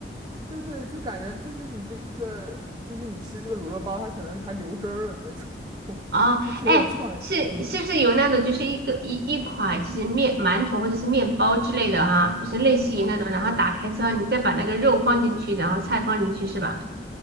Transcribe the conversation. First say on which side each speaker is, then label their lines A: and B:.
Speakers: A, on the right (about 25°); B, on the right (about 60°).
A: 对对，就感觉就是你这个，就是你吃这个卤肉包，它可能还流汁儿了那种，<laughs>
B: 哦，
A: 还挺有创意。
B: 哎，是是不是有那种就是一个一一款就是面馒头或者是面包之类的哈，
A: 嗯
B: 就是类似于那种，
A: 嗯，
B: 然后打开之后你再把那个肉放进去，然后菜放进去是吧？